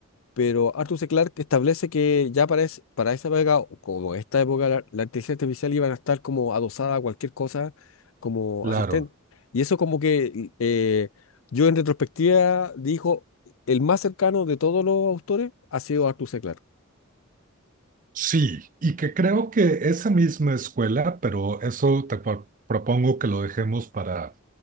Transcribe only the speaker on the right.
Claro,
sí, y que creo que esa misma escuela, pero eso te pro- propongo que lo dejemos para